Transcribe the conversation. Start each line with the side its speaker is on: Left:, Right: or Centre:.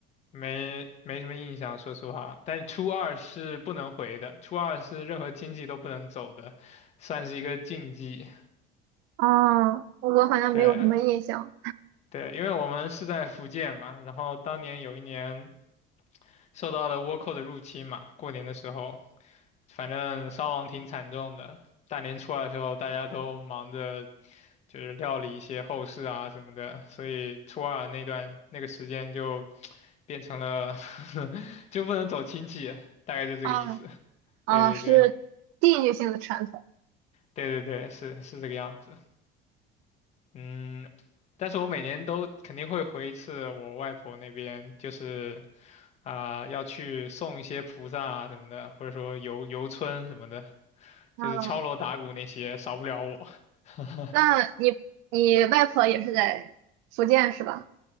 Left: 没没什么印象，说实话。但是初二是不能回的，初二是任何亲戚都不能走的，算是一个禁忌。
Right: 哦，我好像没有什么印象。
Left: 对对，因为我们是在福建嘛，然后当年有一年受到了倭寇的入侵嘛，过年的时候，反正伤亡挺惨重的。大年初二的时候，大家都忙着就是料理一些后事啊什么的，所以初二那段那个时间就变成了 <laughs> 就不能走亲戚，大概就这个意思。
Right: 嗯，啊，
Left: 对对对。
Right: 是地域性的传统。
Left: 对对对，是是这个样子。嗯，但是我每年都肯定会回一次我外婆那边，就是啊、要去送一些菩萨啊什么的，或者说游游村什么的，
Right: 嗯，
Left: 就是敲锣打鼓那些少不了我。<laughs>
Right: 那你你外婆也是在福建是吧？